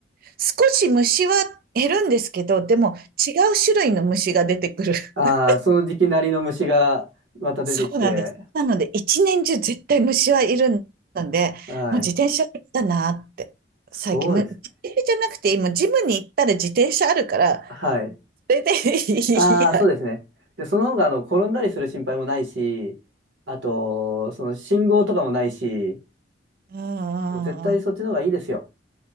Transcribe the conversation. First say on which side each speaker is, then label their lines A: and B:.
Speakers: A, on the right; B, on the right.
A: 少し虫は減るんですけど、でも違う種類の虫が出てくる。<laughs>
B: あー、その時期なりの虫がまた出てきて、
A: そうなんです。なので一年中絶対虫はいるので、
B: はい。
A: もう自転車だなって。
B: そうですね。
A: 最近、む自転車じゃなくて、今ジムに行ったら自転車あるから、
B: はい。
A: それでいいや。
B: あー、そうですね。で、その方が、あの、転んだりする心配もないし、あと、その信号とかもないし、
A: うんうんうん
B: 絶対そっちの方がいいですよ。